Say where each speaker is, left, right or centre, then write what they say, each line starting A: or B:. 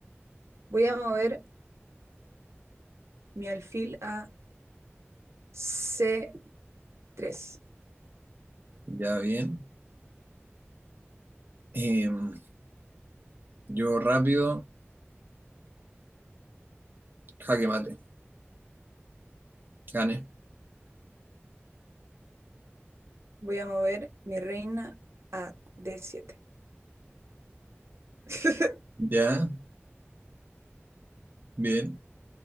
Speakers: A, on the right; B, on the right.
A: Voy a mover mi alfil a c tres.
B: Ya, bien. Em, yo rápido. Jaque mate. Gane.
A: Voy a mover mi reina a D7. <laughs>
B: Ya, bien.